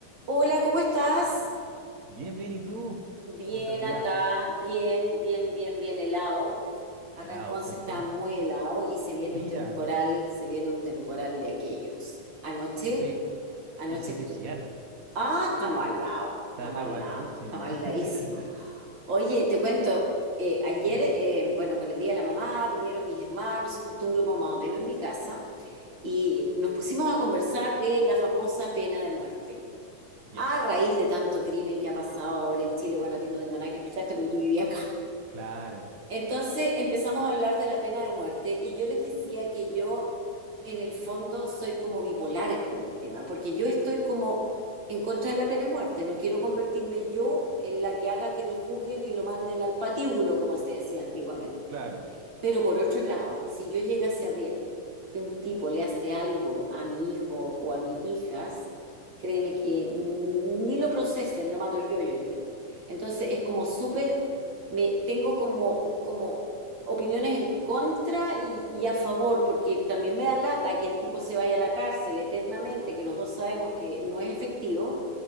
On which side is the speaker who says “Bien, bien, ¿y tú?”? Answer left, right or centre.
Right